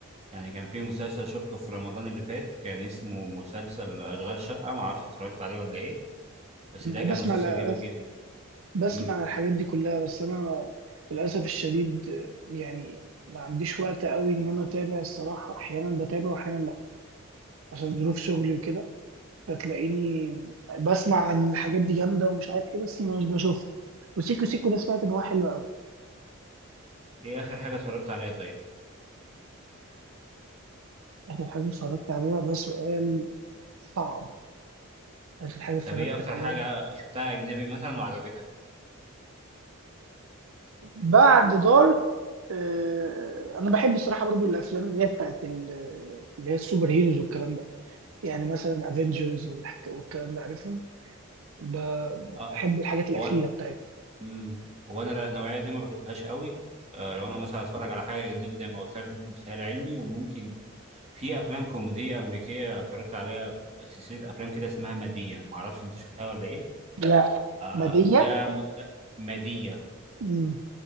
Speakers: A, on the right; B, on the right.
A: يعني كان في مسلسل شفته في رمضان اللي فات كان اسمه مسلسل اشغال شقه ما اعرفش اتفرجت عليه ولا ايه بس
B: بسمع
A: ده كان مسلسل جامد
B: بس
A: جدا
B: بسمع
A: امم
B: الحاجات دي كلها بس انا للاسف الشديد يعني ما عنديش وقت قوي ان انا اتابع الصراحة احيانا بتابع واحيانا لا عشان ظروف شغلي وكده فتلاقيني بسمع عن الحاجات دي جامدة ومش عارف ايه بس مش بشوفها وسيكو سيكو ده سمعت ان هو حلو قوي
A: ايه اخر حاجه اتفرجت عليها طيب
B: آخر حاجة اتفرجت عليها ده سؤال صعب آخر حاجة اتفرجت
A: طب ايه اكتر
B: عليها
A: حاجه شفتها اجنبي مثلا وعجبتك
B: بعد دارك آه، أنا بحب الصراحة برضو الأفلام اللي هي بتاعت ال- اللي هي السوبر هيروز والكلام ده يعني مثلا افنجرز والكلام ده عارفهم ب-
A: اه
B: بحب الحاجات الأخيرة
A: هو
B: بتاعته
A: امم هو انا النوعيه دي ما بحبهاش قوي آه لو انا مثلا هتفرج على حاجه اجنبي زي ما قلت لك ممكن خيال علمي وممكن في افلام كوميديه امريكيه اتفرجت عليها سلسله افلام كده اسمها ماديه ما اعرفش انت شفتها ولا ايه
B: لا
A: آه
B: مادية
A: ده م... ده ماديه
B: مم.